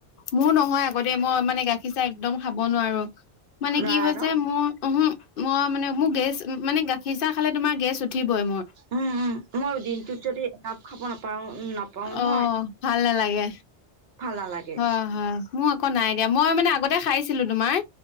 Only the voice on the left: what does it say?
মোৰ নহয় আগতে মই মানে গাখীৰ চাহ একদম খাব নোৱাৰো মানে
কি হৈছে
মোৰ উ মই মানে মোৰ গেছ মানে গাখীৰ চাহ খালে তোমাৰ গেছ উঠিবই মোৰ
অ ভাল নালাগে
হয় হয় মোৰ আকৌ নাই দিয়া মই মানে আগতে খাইছিলো তোমাৰ